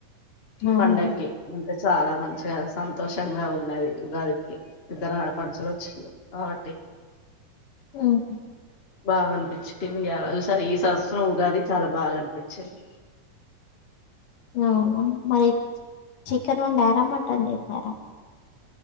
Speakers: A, on the left; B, on the left.
A: అవునా
B: పండకి చాలా మంచిగా సంతోషంగా ఉన్నది ఉగాదికి ఇద్దరు ఆడపడుచులు వచ్చినారు కాబట్టి
A: హ్మ్ హు
B: బాగా అనిపించింది ఇయాల ఇసారి ఈ సంవత్సరం ఉగాది చాలా బాగా అనిపించింది
A: అవునా మరి చికెన్ వండ్యరా మ టన్ చేశారా